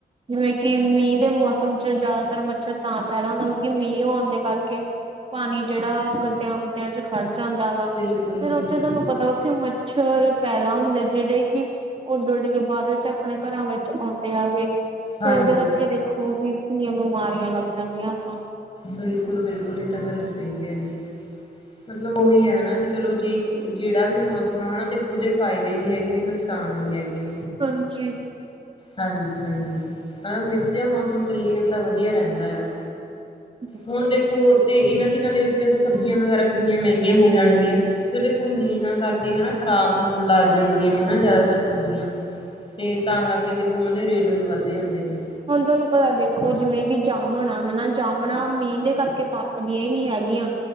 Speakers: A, on the right (about 30°); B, on the left (about 30°).
A: ਜਿਵੇਂ-ਕਿ ਮੀਂਹ ਦੇ ਮੌਸਮ ਵਿੱਚ ਜ਼ਿਆਦਾਤਰ ਮੱਛਰ ਤਾਂ ਪੈਦਾ ਹੁੰਦਾ, ਕਿਉਕਿ ਮੀਂਹ ਆਉਣ ਦੇ ਕਰਕੇ ਪਾਣੀ ਜਿਹੜਾ, ਔ ਗੱਡਿਆਂ -ਗੁਡਿਆਂ ਚ ਖੜ ਜਾਂਦਾ ਵਾ,
B: ਬਿਲਕੁਲ-ਬਿਲਕੁਲ-ਬਿਲਕੁਲ
A: ਫੇਰ ਉੱਥੇ ਤੁਹਾਨੂੰ ਪਤਾ, ਉੱਥੇ ਮੱਛਰ ਪੈਦਾ ਹੁੰਦੇ, ਜਿਵੇੰ ਕਿ ਉਡ-ਉੱਡ ਕੇ ਬਾਅਦ ਵਿੱਚ ਆਪਣੇ ਘਰਾਂ ਵਿੱਚ ਆਉਂਦੇ ਆ ਗਏ। ਫੇਰ,
B: ਹਾਂਜੀ
A: ਉਹਦੇ ਕਰਕੇ ਦੇਖੋ ਕੀ ਕਿੰਨੀਆਂ ਬਿਮਾਰਿਆਂ ਲੱਗ ਜਾਂਦਿਆਂ। ਆਪਾਂ ਨੂੰ
B: ਬਿਲਕੁਲ-ਬਿਲਕੁਲ, ਇਹ ਤਾਂ ਗੱਲ ਸਹੀ ਹੈ ਜੀ, ਮਤਲਬ ਉਹੀ ਹੈ ਨਾ, ਵੀ ਚਲੋ ਜੇ ਜਿਹੜਾ ਵੀ ਮੌਸਮ ਹੈਨਾ ਦੇਖੋ ਔਦੇ, ਫਾਇਦੇ ਵੀ ਹੈਗੇ ਨੇ ਨੁਕਸਾਨ ਵੀ ਹੈਗੇ ਨੇ
A: ਹਾਂਜੀ
B: ਹਾਂਜੀ ਹਾਂਜੀ, ਆ ਮਿਕਸ ਜਿਹਾ ਮੌਸਮ ਚੱਲੀ ਜਾਂਦਾ, ਵਧੀਆ ਰਹਿੰਦਾ ਆ।
A: ਹਾਂਜੀ
B: ਹੁਣ ਦੇਖੋ, ਤੇ ਇਹਨਾਂ ਦਿਨਾਂ ਦੇ ਵਿੱਚ ਦੇਖੋ ਸਬਜਿਆਂ ਵਗੈਰਾ ਕਿੰਨਿਆਂ ਮਹਿੰਗਿਆਂ ਹੋ ਜਾਣਗਿਆਂ। ਤੇ ਦੇਖੋ ਮੀਹਾਂ ਕਰਕੇ, ਹੈਨਾ ਖ਼ਰਾਬ ਹੋਣ ਲੱਗ ਜਾਂਦਿਆਂ ਨੇ, ਹੈਨਾ ਜ਼ਿਆਦਾਤਰ ਸਬਜਿਆਂ। ਤੇ ਤਾਂ ਕਰਕੇ ਦੇਖੋ ਉਹਨਾਂ ਦੇ ਰੇਟ ਵੀ ਵੱਧ ਜਾਂਦੇ ਨੇ।
A: ਹੁਣ ਤੁਹਾਨੂੰ ਪਤਾ ਦੇਖੋ ਜਿਵੇਂ ਕਿ ਜਾਮਣਾ, ਹੈਨਾ ਜਾਮਣਾ ਮੀਂਹ ਦੇ ਕਰਕੇ ਪੱਕਦਿਆਂ ਈ ਨੀ ਹੈਗੀਆਂ।